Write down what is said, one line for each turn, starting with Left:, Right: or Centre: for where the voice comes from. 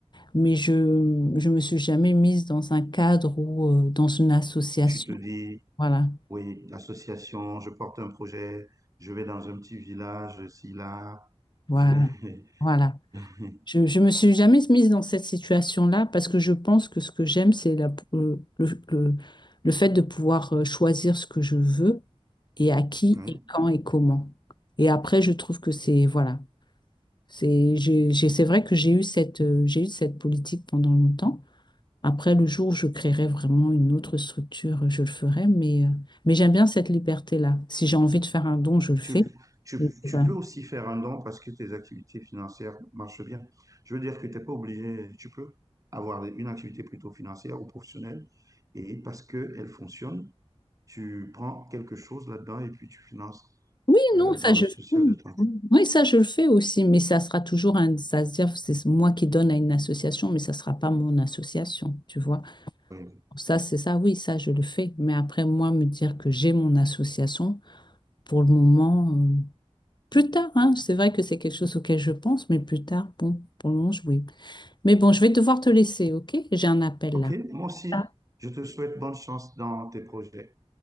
Left: mais je je me suis jamais mise dans un cadre ou euh, dans une association.
Right: Tu te dis,
Left: Voilà,
Right: Oui, l'association, je porte un projet, je vais dans un petit village, ici, là,
Left: voilà,
Right: je vais...
Left: voilà.
Right: <laughs>
Left: Je je me suis jamais mise dans cette situation-là parce que je pense que ce que j'aime, c'est la- le le, le, le fait de pouvoir euh, choisir ce que je veux et à qui
Right: Oui.
Left: et quand et comment. Et après, je trouve que c'est voilà, c'est j'ai j'ai- c'est vrai que j'ai eu cette euh, j'ai eu cette politique pendant longtemps. Après, le jour où je créerai vraiment une autre structure, je le ferai, mais, euh, mais j'aime bien cette liberté-là. Si j'ai envie de faire un don, je le fais.
Right: Tu, tu-
Left: Et voilà.
Right: tu peux aussi faire un don parce que tes activités financières marchent bien. Je veux dire que tu n'es pas obligé, tu peux avoir une activité plutôt financière ou professionnelle et parce qu'elle fonctionne, tu prends quelque chose là-dedans et puis tu finances
Left: Oui,
Right: euh,
Left: non, ça
Right: dans
Left: je
Right: le social
Left: oui,
Right: de ton.
Left: oui, ça je le fais aussi, mais ça sera toujours un, ça se dire c'est moi qui donne à une association, mais ça sera pas mon association, tu vois.
Right: Oui.
Left: Ça c'est ça, oui, ça je le fais, mais après moi me dire que j'ai mon association pour le moment, euh, plus tard, hein, c'est vrai que c'est quelque chose auquel je pense, mais plus tard, bon, pour le moment, je- oui. Mais bon, je vais devoir te laisser, ok? J'ai un appel
Right: OK,
Left: là.
Right: moi aussi,
Left: Ah,
Right: je te souhaite bonne chance dans tes projets.